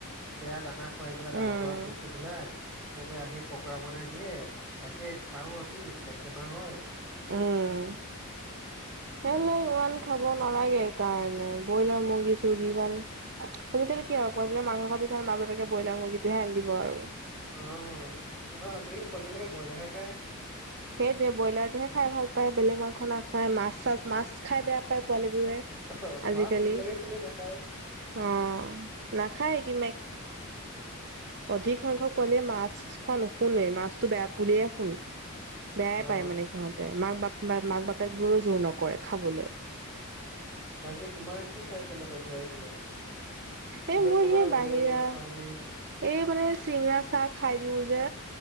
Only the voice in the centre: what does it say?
বেয়া, দানা খুৱাই পেলাই ডাঙৰ
কৰা বস্তুবিলাক। সিঁহতে আহি পকৰা বনাই দিয়ে। তাকে খাওঁ আমি, পেট বেমাৰ হয়।
অ, অ, আজিকালি পোৱালিবিলাকে ব্ৰইলাৰহে খায়।
অ' মাছ
ভুল লাগে খালে নাখায়
অ
বাকী, তোমাৰ কি খাই পেলাই পেট বেয়া হৈছিলে?
চিকেন
পকৰা,
ৰোল, চাওমিন?